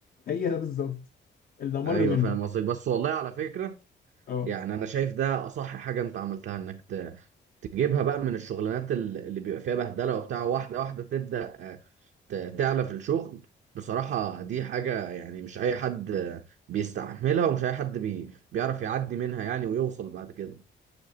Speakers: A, on the left; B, on the right.
A: هي ده بالظبط اللي مر
B: ايوه
A: منه
B: فاهم قصدك بس والله على فكره
A: اه
B: يعني انا شايف ده اصح حاجه انت عملتها انك ت- تجيبها بقى من الشغلانات ال- اللي بيبقى فيها بهدله وبتاع واحده واحده تبدأ آه، ت- تعلى في الشغل بصراحه دي حاجه يعني مش اي حد آه، بيستحملها ومش اي حد بي بيعرف يعدي منها يعني ويوصل بعد كده